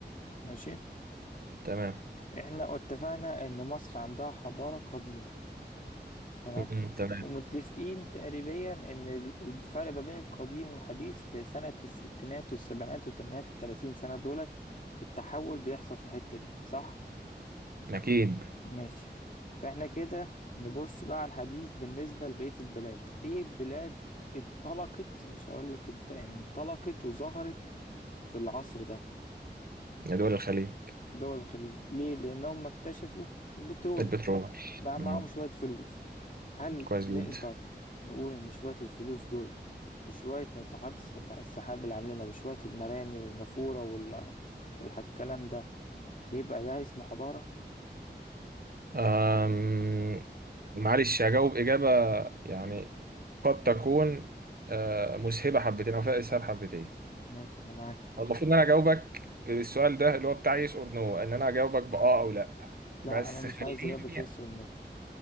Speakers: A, on the left; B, on the right.
A: ماشي
B: تمام
A: احنا اتفقنا ان مصر عندها حضارة قديمة تمام
B: مم، تمام
A: ومتفقين تقريبا ان ال- الفرق ما بين القديم والحديث في سنة الستينات والسبعينات والثمانينات التلاتين سنة دولت التحول بيحصل في الحتة دي صح؟
B: اكيد
A: ماشي فاحنا كده نبص بقى على الحديث بالنسبة لبقية البلاد ايه بلاد انطلقت مش هقول لك انت يعني انطلقت وظهرت في العصر ده
B: يا دول الخليج
A: دول الخليج ليه لان هم اكتشفوا البترول
B: البترول
A: بقى
B: مم،
A: معاهم شوية فلوس هل
B: كويس
A: نقدر
B: جدا
A: نقول ان شوية الفلوس دولت وشوية ناطحات السب- السحاب اللي عاملينها وشوية المراني والنافورة وال والكلام ده يبقى ده اسمه حضارة
B: أم... معلش هجاوب إجابة يعني قد تكون آه، مسهبة حبتين أو فيها إسهاب حبتين
A: ماشي انا معاك
B: هو المفروض إن أنا أجاوبك السؤال ده اللي هو بتاع يس أور نو إن أنا أجاوبك بأه أو لأ
A: لا
B: بس
A: انا مش
B: خليني
A: عايز اجابة يس ولا نو.